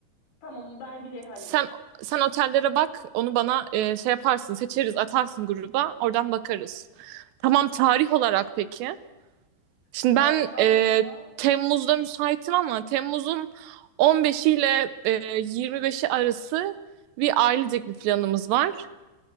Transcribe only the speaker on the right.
Sen sen otellere bak. Onu bana e, şey yaparsın, seçeriz, atarsın gruba. Oradan bakarız. Tamam tarih olarak peki. Şimdi
ben
e,
Temmuz'da müsaitim ama Temmuz'un 15'i ile e, 25'i arası bir ailecek bir planımız var.